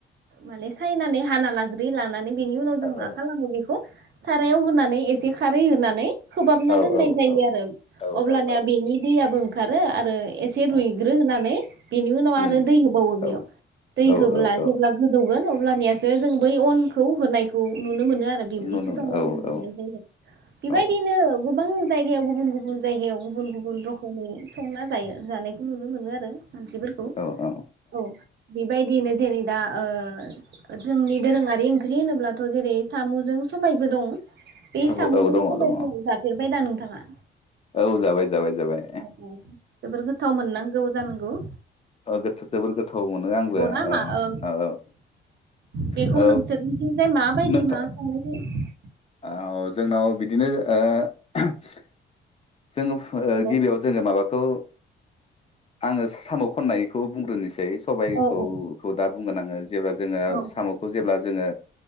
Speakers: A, on the right; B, on the left.
A: माने सायनानै हा हाना लाग्रोयो लानानै नानै बिनि उनाव जों
B: औ
A: मा खालामो बेख? सारायाव होनानै एसे खारै होनानै खोबहाबना
B: औ
A: दोननाय जायो
B: औ
A: आरो
B: औ
A: अब्लानिया
B: औ
A: बेनि दैयाबो खारो आरो एसे रुइग्रो
B: औ
A: होनानै बेनि उनाव आरो
B: उम
A: दै होबावो
B: औ
A: बेयाव दै
B: औ
A: होब्ला
B: औ औ
A: जेब्ला गोदौगोन अब्ल ब्लानियास जे जों बै अनखौ होनायखौ नुनो मोनो आं आरो बिबदिसो
B: नुनो मोनो
A: संनाय
B: औ
A: नुनो
B: औ
A: जायो बेबायदिनो
B: औ
A: गोबां जायगायाव गुबुन गुबुन जायगायाव बो गुबुन गुबुन रखमै संना जायो जानायखौ नुनो मोनो आरो। मानसिफोरखौ
B: औ औ
A: औ बिब बायदियैनो जेरै दा ओ जोंनि दोरोङारि ओंख्रि होनोब्लाथ' जेरै सामु'जों सबायबो दं। बे
B: साब
A: साम'जों
B: औ दङ
A: सबाय
B: दङ
A: खौ जाफेरबाय दा नोंथ थाङा
B: औ जाबाय जाबाय जाबाय
A: औ औ जोबोर गोथाव मोननांगौ जानांगौ गु?
B: अ गोथव जोबोर गोथाव मोनो आंबो
A: ना
B: अ
A: मा ओ
B: औ औ
A: बेखौ
B: औ
A: नोंसोरनिथिंजाय माबायदि
B: नोंथां
A: मा संनाय जायो? <inaudible>
B: औ जोंनाव बिदिनो ओ <inaudible> जोङो फु
A: नंगौ
B: गिबियाव जोङो माबा अ आङो सा-साम' खननायखौ बुंग्रोनोसै सबायखौ-खौ
A: औ औ
B: दा बुंगोन आङो जेब्ला जोङो
A: औ
B: साम'खौ जेब्ला जोङो